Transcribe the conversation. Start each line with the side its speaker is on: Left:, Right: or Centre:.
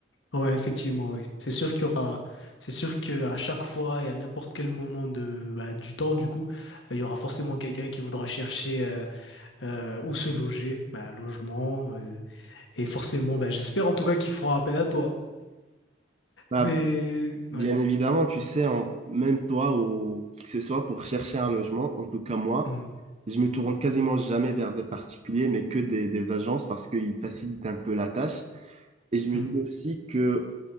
Left: Ouais, effectivement, oui. C'est sûr qu'il y aura, c'est sûr que à chaque fois et à n'importe quel moment de, bah, du temps, du coup, euh, il y aura forcément quelqu'un qui voudra chercher euh, euh, où se loger, bah, un logement, euh, et forcément, bah, j'espère en tout cas qu'il fera appel à toi.
Right: Bah,
Left: Mais
Right: bien
Left: ouais.
Right: évidemment, tu sais, en- même toi ou qui que ce soit, pour chercher un logement, en tout cas moi,
Left: Hum,
Right: je me tourne quasiment jamais vers des particuliers, mais que des, des agences parce qu'ils facilitent un peu la tâche. Et je me
Left: hum,
Right: dis aussi que